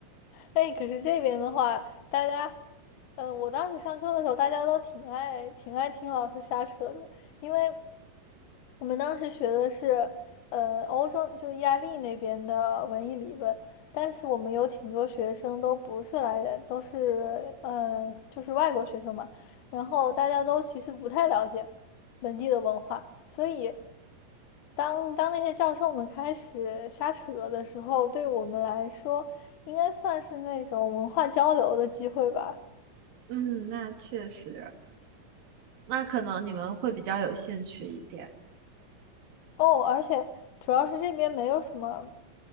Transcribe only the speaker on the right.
嗯，那确实，那可能你们会比较有兴趣一点。